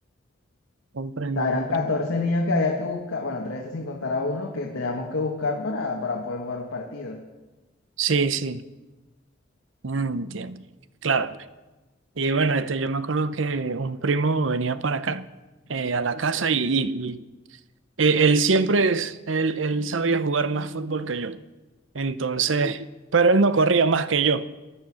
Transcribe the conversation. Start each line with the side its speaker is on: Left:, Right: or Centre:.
Right: Comprendo,
Left: sea, eran
Right: comprendo.
Left: 14 niños que había que buscar, bueno, 13 sin contar a uno, que teníamos que buscar para, para poder jugar un partido.
Right: Sí, sí, Mm, entiendo. Claro, pues. Y bueno, este, yo me acuerdo que un primo venía para acá, eh, a la casa, y, y- y, eh, él siempre es, él, él sabía jugar más fútbol que yo. Entonces, pero él no corría más que yo.